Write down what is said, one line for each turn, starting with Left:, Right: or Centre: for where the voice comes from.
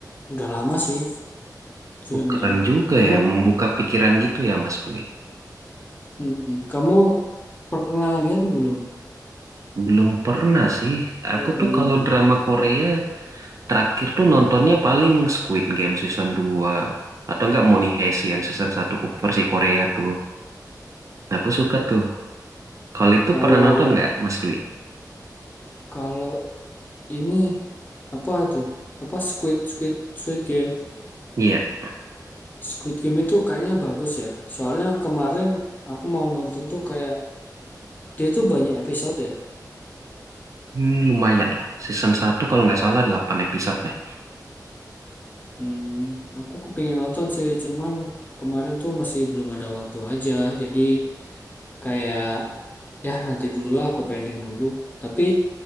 Left: Udah lama sih filmnya.
Right: Oh, keren juga
Left: Kamu
Right: ya, membuka pikiran gitu ya, Mas Dwi.
Left: mm-mm. Kamu pernah lihat belum?
Right: Belum pernah sih.
Left: Oh,
Right: Aku
Left: belum
Right: tuh kalau
Left: ya.
Right: drama Korea terakhir tuh nontonnya paling Squid Game season 2 atau enggak Money Heist yang season satu versi Korea tuh. Nah, Aku suka tuh. Kalau itu
Left: Kalau
Right: pernah nonton nggak, Mas Dwi?
Left: kalau ini apa tuh? Apa Squid Squid Squid Game?
Right: Iya,
Left: Squid Game itu kayaknya bagus ya. Soalnya kemarin aku mau nonton tuh kayak dia itu banyak episode ya.
Right: Hmm, lumayan lah. Season satu kalau nggak salah delapan episode nih.
Left: Hmm, aku kepingin nonton sih, cuman kemarin tuh masih belum ada waktu aja. Jadi Kayak ya nanti dulu lah aku pending dulu. Tapi